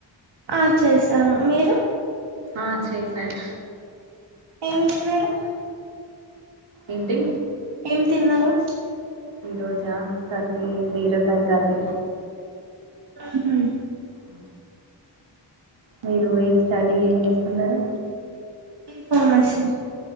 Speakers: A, on the right (about 60°); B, on the right (about 75°).
A: ఆ చేసా మీరు
B: ఆ చేసాను
A: ఏమి తిన్నారు?
B: ఏంటి
A: ఏం తిన్నారు
B: ఈ రోజా కర్రీ బీరకాయ కర్రీ
A: హ
B: ఉ మీరు ఈ స్టడీ ఏం చేస్తున్నారు
A: బీ ఫార్మసి